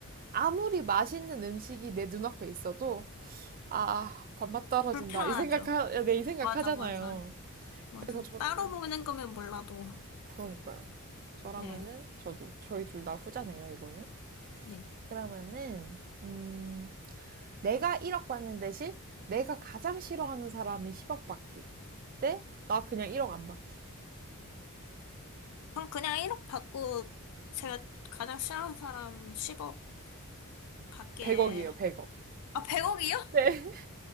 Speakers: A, on the right; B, on the left.
A: 아무리 맛있는 음식이 내 눈앞에 있어도 아, 밥맛 떨어진다.
B: 불편하죠.
A: 이 생각하, 아, 네, 이 생각하잖아요.
B: 맞아, 맞아, 맞아.
A: 그래서 저는
B: 따로 먹는 거면 몰라도.
A: 그러니까요. 저라면은
B: 네,
A: 저도 저희 둘 다 후자네요, 이거는.
B: 네.
A: 그러면은 음, 내가 1억 받는 대신 내가 가장 싫어하는 사람이 10억 받기. 네? 나 그냥 1억 안 받기.
B: 전 그냥 1억 받고 제가 가장 싫어하는 사람 10억 받게.
A: 100억이에요, 100억.
B: 아, 100억이요?
A: 네. <laughs>